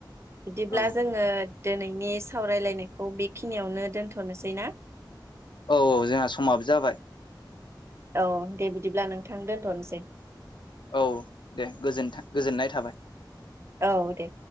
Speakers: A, on the right; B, on the left.
A: बिदिब्ला
B: औ
A: जोंङो दोनैनि सावरायलायनायखौ बेखिनियावनो दोन्थ'नोसै ना
B: औ औ जोंहा समाबो जाबाय।
A: औ दे बिदिब्ला नोंथां दोनथ'नोसै।
B: औ दे गोजोनथा-गोजोननाय थाबाय।
A: औ दे।